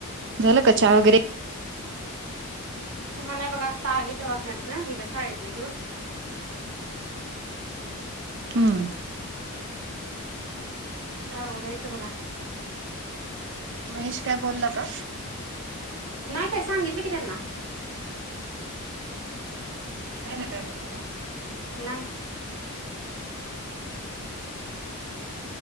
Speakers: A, on the right; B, on the right.
A: झाला का? चाहा वगैरे,
B: <inaudible> चाहानाय बघा आता आली दवाखान्यातन हिला शाळेतन घेऊन.
A: हम्
B: आता आवरायच बघा.
A: महेश काय बोलाका?
B: नाय काय सांगितलं की त्यांना
A: नाय ना काय बोला?
B: नाय.